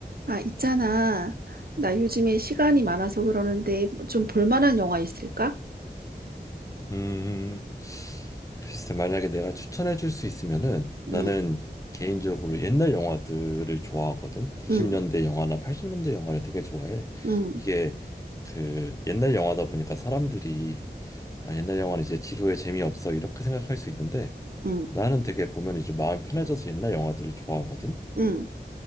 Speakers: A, on the right; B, on the left.
A: 아, 있잖아. 나 요즘에 시간이 많아서 그러는데 좀 볼만한 영화 있을까?
B: 음, 글쎄, 만약에 내가 추천해 줄 수 있으면은 나는
A: 응,
B: 개인적으로 옛날 영화들을 좋아하거든. 90년대
A: 응,
B: 영화나 80년대 영화를 되게 좋아해.
A: 응,
B: 이게 그 옛날 영화다 보니까 사람들이 아, 옛날 영화는 이제 지루해 재미없어 이렇게 생각할 수 있는데
A: 응,
B: 나는 되게 보면 이제 마음이 편해져서 옛날 영화들을 좋아하거든.
A: 응.